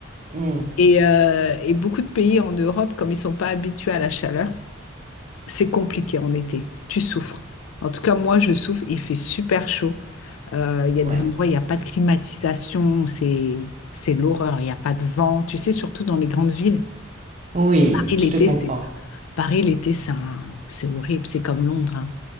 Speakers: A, on the right; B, on the left.
A: Hmm.
B: et, euh, et beaucoup de pays en Europe, comme ils sont pas habitués à la chaleur, c'est compliqué en été. Tu souffres. En tout cas, moi, je souffre. Il fait super chaud. Euh, Il y a des
A: Ouais.
B: endroits, où il n'y a pas de climatisation. C'est, c'est l'horreur. Il n'y a pas de vent. Tu sais, surtout dans les grandes villes.
A: Oui,
B: Paris,
A: je
B: l'été,
A: te comprends.
B: c'est, Paris, l'été, c'est un- c'est horrible. C'est comme Londres. hein.